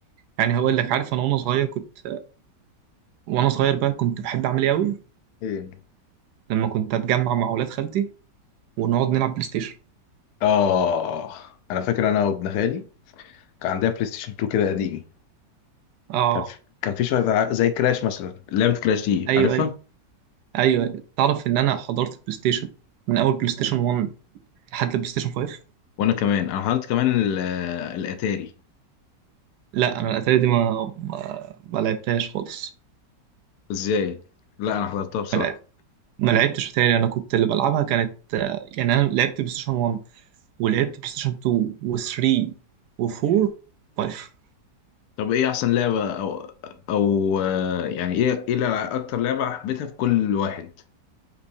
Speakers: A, on the right (about 75°); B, on the left (about 70°).
A: يعني هقول لك عارف انا وانا صغير كنت وانا صغير بقى كنت بحب اعمل ايه قوي
B: ايه
A: لما كنت اتجمع مع اولاد خالتي ونقعد نلعب بلاي ستيشن
B: اه انا فاكر انا وابن خالي كان عندنا بلاي ستيشن 2 كده قديم
A: اه
B: كان في كان في شويه ألعاب زي كراش مثلا لعبه كراش دي
A: ايوه
B: عارفها
A: ايوه ايوه تعرف ان انا حضرت البلاي ستيشن من اول بلاي ستيشن 1 لحد البلاي ستيشن 5
B: وانا كمان انا حضرت كمان ال- الاتاري
A: لا انا الاتاري دي ما ما, ما لعبتهاش خالص
B: ازاي لا انا حضرتها بصراحه
A: ما لعب- ما لعبتش اتاري انا كنت اللي بلعبها كانت آه، يعني انا لعبت بلاي ستيشن 1 ولعبت بلاي ستيشن 2 و3 و4 و5
B: طب ايه احسن لعبه او او آه، يعني ايه ايه الألع- اكتر لعبه حبيتها في كل واحد